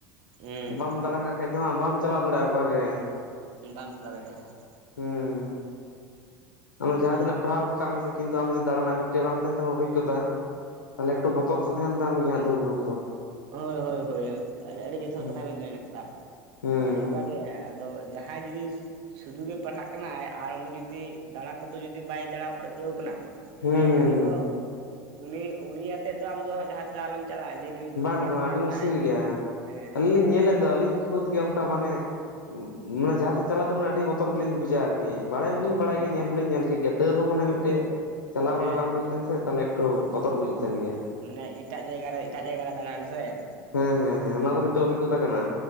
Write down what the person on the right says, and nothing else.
ᱦᱩᱸ
ᱵᱟᱢ ᱪᱟᱞᱟᱣ ᱫᱟᱲᱮᱭᱟᱜ-ᱟ ᱾
ᱟᱫᱚ
ᱦᱳᱭ ᱦᱳᱭ ᱦᱳᱭ ᱟᱹᱰᱤ ᱡᱚᱛᱷᱟᱛ
ᱠᱟᱛᱷᱟ ᱵᱤᱱ ᱢᱮᱱ ᱠᱟᱫᱟ ᱾
ᱚᱱᱠᱟ ᱜᱮ ᱟᱫᱚ ᱡᱟᱦᱟᱸ ᱡᱤᱱᱤᱥ ᱥᱩᱫᱷᱩ ᱜᱮ ᱯᱟᱲᱦᱟᱜ ᱠᱟᱱᱟᱭ ᱟᱨ ᱩᱱᱤ ᱡᱩᱫᱤ ᱫᱟᱬᱟ ᱠᱚᱫᱚ ᱡᱩᱫᱤ ᱵᱟᱭ ᱫᱟᱬᱟ ᱯᱟᱹᱨᱠᱟᱹᱣ ᱠᱟᱱᱟ
ᱮᱸᱰᱮᱠᱷᱟᱱ
ᱫᱚ <inaudible> ᱩᱱᱤ ᱩᱱᱤ ᱟᱛᱮᱫ ᱫᱚ ᱟᱢ ᱫᱚ ᱡᱟᱦᱟᱸ ᱛᱮᱫᱚ ᱟᱞᱚᱢ ᱪᱟᱞᱟᱜ-ᱟ ᱡᱮ ᱱᱩᱭ ᱫᱚᱢᱮ
ᱯᱟᱲᱦᱟᱣ
ᱠᱟᱱᱟᱭ
ᱦᱮᱸ
ᱦᱮᱸ
ᱦᱮᱸ
ᱦᱮᱸ
ᱢᱟᱱᱮ ᱮᱴᱟᱜ ᱡᱟᱭᱜᱟ ᱨᱮ ᱮᱴᱟᱜ ᱡᱟᱭᱜᱟ ᱨᱮ ᱫᱟᱬᱟᱱ ᱥᱮ ᱾